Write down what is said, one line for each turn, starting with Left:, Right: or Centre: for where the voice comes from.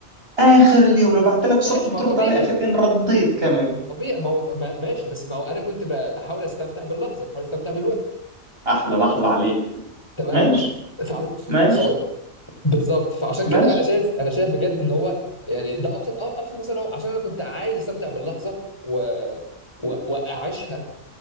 Right: اخر اليوم لو بعت لك صبح
Left: ماشي
Right: بترد
Left: ما طبيعي
Right: على اخر ان رديت كمان
Left: طبيعي ما هو ما- ماشي بس ما هو انا كنت ب- بحاول استمتع باللحظه بحاول استمتع بالوقت
Right: احلى لحظة عليك
Left: تمام
Right: ماشي
Left: ف... ف...
Right: ماشي
Left: ف... بالظبط فعشان كده
Right: ماشي
Left: انا شايف انا شايف بجد ان هو يعني ده ابسط أه، ابسط مثلا هو عشان انا كنت عايز استمتع باللحظه و... و... واعيشها